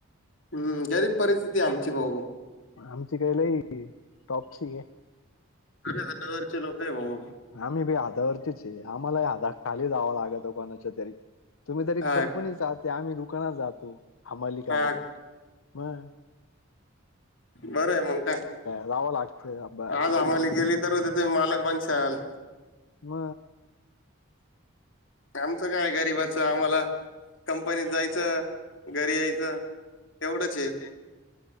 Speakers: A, on the left; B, on the left.
A: हम्म गरीब परिस्थिती आहे आमची भाऊ
B: आमची काही लई टॉपची आहे.
A: आम्ही हातावरचे लोक आहे भाऊ
B: आम्ही बी हातावरचे आहे. आम्हालाही हाताखाली जावं लागतो कोणाच्या तरी, तुम्ही तर एक
A: हा
B: कंपनी जाताय आम्ही दुकानात जातो हमाली
A: हा
B: कराया. होय.
A: बर आहे मंग काय
B: जावं लागतं आबा
A: आज हामाली केली तर त मालक बन त्याल.
B: ह
A: आमचं काय गरीबाच आम्हाला कंपनीत जायचं घरी यायचं. एवढंच हाय
B: आहे.